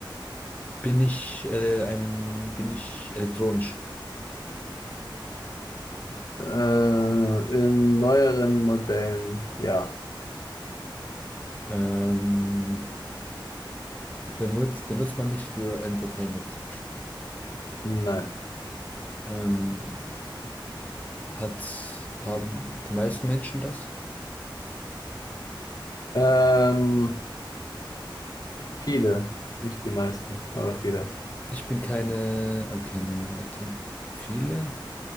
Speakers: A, on the left; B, on the left.
A: Bin ich, äh, ein, bin ich elektronisch?
B: Äh, in neueren Modellen, ja.
A: Ähm, benutzt, benutzt man mich für Entertainment?
B: Nein.
A: Ähm, hat, haben die meisten Menschen das?
B: Ähm, viele. Nicht die meisten, aber viele.
A: Ich bin keine, okay, nee, warte. Viele?